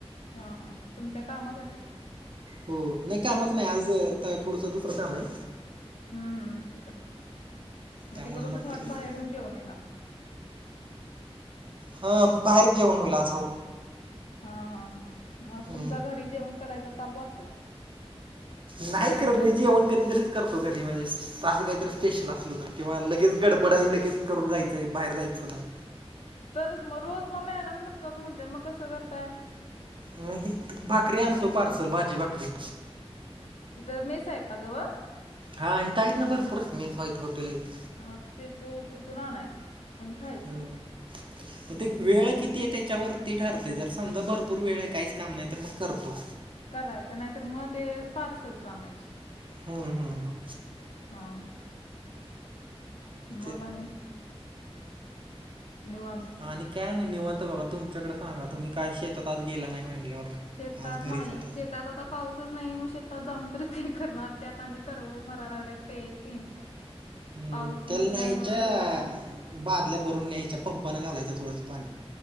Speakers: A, on the left; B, on the right.
A: हा हा तुमच्या कामासाठी.
B: हो नाही कामच नाही आज थोडसं दुसरं काम आहे.
A: हम्म हम्म तिकड मग
B: त्यामुळं
A: तिकडूनच
B: तिकडे जाऊ.
A: बाहेरून जेऊन येणार.
B: हा बाहेर जेवण होईल आज हो.
A: हा हा हा मग
B: हम्म,
A: तुमचा घरी जेवण करायचा ताप वाचला.
B: नाही करत मी जेवण कधीतरीच करतो घरी माझे. असं काही तर स्पेशल असल तर किंवा लगेच गडबडाई लगेच करून जायचंय बाहेर जायचं नाही.
A: तरच मग रोज मग मॅडम नसतात म्हणते मग कसं करताय?
B: नाही भाकरी आणतो पार्सल भाजी भाकरी.
A: तिथं मेस आहे का जवळ.
B: हा इथं आहेत ना भरपूरच मेस आहेत हॉटेल आहेत.
A: हा तेथू तिथून आणायचं आणि खायचं
B: हम्म. मग
A: हम्
B: ते वेळ
A: हम्.
B: किती ते त्याच्यावरती ठरते जर समजा भरपूर वेळ आहे काहीच काम नाही तर मग करतो.
A: करायचं नाही तर मग ते पार्सलच आणायचे.
B: हम्म हम्म हम्.
A: हा हा.
B: <unintelligible>
A: मग आणि निवांत
B: आणि काय नाही निवत बघा तुमच्याकडे सांगा तुम्ही काय शेतात आज गेला नाही म्हणल्यावर.
A: शेतात
B: आज घरीच
A: नाही
B: होतात
A: शेतात आता पाऊसच नाही मग शेतात जाऊन तरी ते करणार त्यात आणि तरळ मरायला लागले ते टेन्शन.
B: हम्म
A: पाऊस नसल्यामुळे
B: त्याला न्यायच्या
A: तरव्या
B: बादल्या भरून न्यायच्या पंपानं घालायचं थोडसं पाणी.